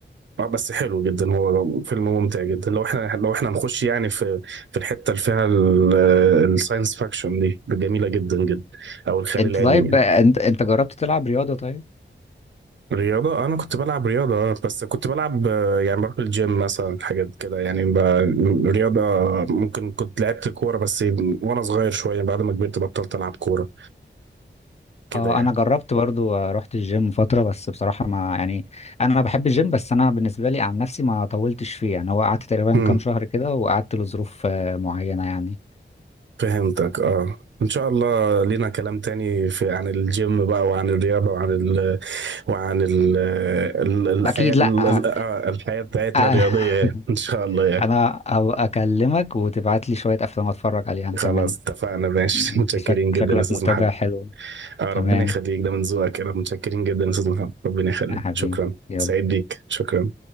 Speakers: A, on the right; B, on the left.
A: اه بس حلو جدا هو فيلم ممتع جدا لو احنا لو احنا هنخش يعني في في الحته اللي فيها الساينس فاكشن دي جميله جدا جدا او الخيال
B: انت
A: العلمي
B: طيب
A: يعني
B: انت انت جربت تلعب رياضة طيب؟
A: رياضه آه، انا كنت بلعب رياضه آه، بس كنت بلعب آه، يعني بروح الجيم مثلا حاجات كده يعني ب... رياضه آه، ممكن كنت لعبت كوره بس وانا صغير شويه بعد ما كبرت بطلت العب كوره كده
B: اه انا جربت برضو آه، رحت الجيم فترة بس بصراحة ما يعني انا بحب الجيم بس انا بالنسبة لي عن نفسي ما طولتش فيه يعني هو قعدت تقريبا
A: يعني
B: كام شهر كده وقعدت لظروف آه، معينة يعني
A: فهمتك اه ان شاء الله لينا كلام تاني في عن الجيم بقى وعن الرياضة وعن ال وعن ال ال- الحياة
B: اكيد
A: ال-
B: لا
A: ال-
B: آه،
A: آه، الحياة بتاعتنا
B: <laughs>
A: الرياضية يعني. ان شاء الله يعني
B: انا هبقى اكلمك وتبعت لي شوية افلام اتفرج عليها انا
A: خلاص
B: كمان
A: اتفقنا ماشي
B: انت
A: <laughs> متشكرين
B: شك...
A: جدا
B: شكلك
A: يا استاذ
B: متابع
A: محمد
B: حلو
A: اه
B: تمام
A: ربنا يخليك ده من ذوقك يا رب متشكرين جدا يا استاذ محمد ربنا يخليك
B: يا حبيبي
A: شكرا
B: يلا
A: سعيد بيك شكرا